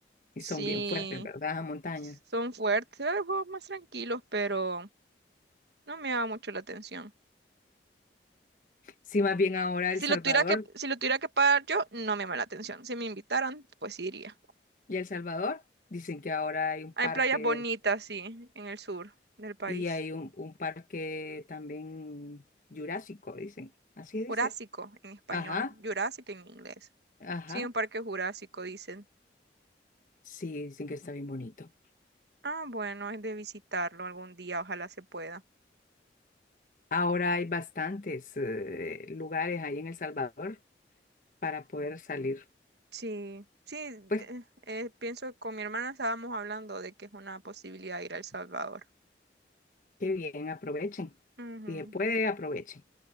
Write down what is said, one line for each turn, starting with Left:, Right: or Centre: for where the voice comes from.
Left: Y
Right: Sí,
Left: son bien fuertes, ¿verdad? Las montañas.
Right: son fuertes, hay juegos más tranquilos, pero no me llama mucho la atención.
Left: Sí, más bien ahora
Right: Si
Left: El Salvador
Right: lo tuviera que, si lo tuviera que pagar yo, no me llama la atención. Si me invitaran, pues sí iría.
Left: Y El Salvador, dicen que ahora hay un
Right: Hay
Left: parque
Right: playas bonitas, sí, en el sur del país.
Left: y hay un, un parque también jurásico, dicen. Así dice.
Right: Jurásico en español,
Left: Ajá,
Right: Jurásico en inglés.
Left: ajá.
Right: Sí, un parque jurásico, dicen.
Left: Sí, dicen que está bien bonito.
Right: Ah, bueno, es de visitarlo algún día, ojalá se pueda.
Left: Ahora hay bastantes eh, lugares ahí en El Salvador para poder salir.
Right: Sí, sí, eh,
Left: Pues
Right: eh, pienso que con mi hermana estábamos hablando de que es una posibilidad ir a El Salvador.
Left: qué bien, aprovechen.
Right: Ujú.
Left: Si se puede, aprovechen.